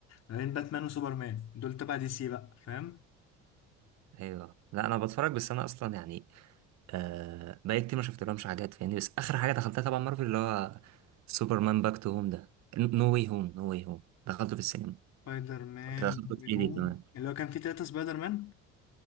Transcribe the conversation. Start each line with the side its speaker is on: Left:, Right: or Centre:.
Left: ما بين باتمان وسوبرمان دول تبع دي سي بقى فاهم
Right: ايوه لا انا بتفرج بس انا اصلا يعني آه بقالي كتير ما شفت لهمش حاجات فاهمني بس اخر حاجه دخلتها تبع مارفل اللي هو سوبرمان باك تو هوم ده نو واي هوم نو واي هوم دخلته في السينما
Left: سبايدر مان
Right: كنت دخلته في 3D
Left: هوم
Right: كمان
Left: اللي هو كان فيه تلاتة سبايدر مان